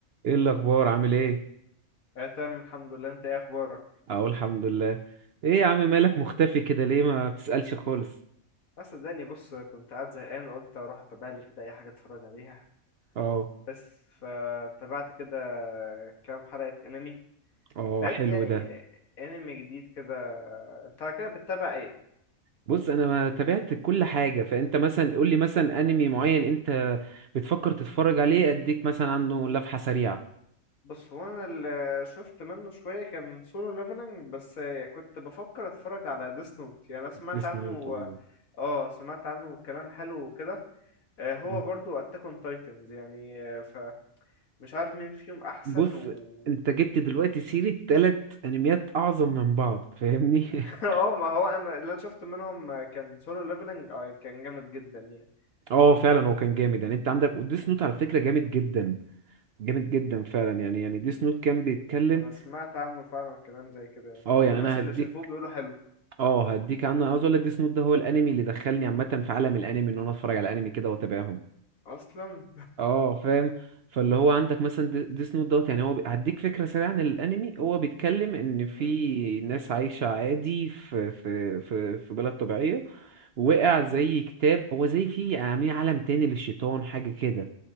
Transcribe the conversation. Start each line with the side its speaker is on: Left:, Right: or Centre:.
Right: ايه الاخبار عامل ايه
Left: اه تمام الحمد لله انت ايه اخبارك
Right: اقول الحمد لله ايه يا عم مالك مختفي كده ليه ما بتسألش خالص
Left: بس صدقني بص كنت قاعد زهقان قلت اروح اتابع لي كده اي حاجه اتفرج عليها
Right: اه
Left: بس فتابعت كده كام حلقه انمي
Right: اه
Left: لقيت
Right: حلو
Left: يعني
Right: ده
Left: انمي جديد كده انت على كده بتتابع ايه
Right: بص انا ما تابعت كل حاجة فانت مثلا قول لي مثلا انمي معين انت بتفكر تتفرج عليه اديك مثلا عنه لفحة سريعة
Left: بص هو انا اللي شفت منه شويه كان سولو ليفلنج بس كنت بفكر اتفرج على ديس نوت يعني انا سمعت
Right: اسمه
Left: عنه
Right: تومو
Left: اه سمعت عنه كلام حلو وكده آه، هو
Right: مم.
Left: برضو اتاك اون تايتنز يعني آه، فمش عارف مين فيهم احسن
Right: بص
Left: و...
Right: انت جبت دلوقتي سيرة تلات انميات اعظم من بعض فاهمني <laughs>
Left: <laughs> اه ما هو انا اللي انا شفت منهم كان سولو ليفلنج اه كان جامد جدا يعني
Right: اه فعلا هو كان جامد يعني انت عندك وديس نوت على فكرة جامد جدا جامد جدا فعلا يعني يعني ديس نوت كان بيتكلم
Left: انا سمعت عنه فعلا كلام زي كده يعني
Right: اه يعني
Left: والناس
Right: انا
Left: اللي
Right: هديك
Left: شافوه بيقولوا حلو
Right: اه هديك عنه انا عاوز اقول لك ديس نوت ده هو الانمي اللي دخلني عامه في عالم الانمي ان انا اتفرج على الانمي كده واتابعهم
Left: اصلا
Right: اه فاهم فاللي هو عندك مثلا دي- ديس نوت دوت يعني هو بي- هديك فكره سريعه عن الانمي هو بيتكلم ان
Left: <laughs>
Right: في
Left: امم
Right: ناس عايشه عادي في في في في بلد طبيعيه وقع
Left: امم
Right: زي كتاب هو زي في عاملين عالم تاني للشيطان حاجه كده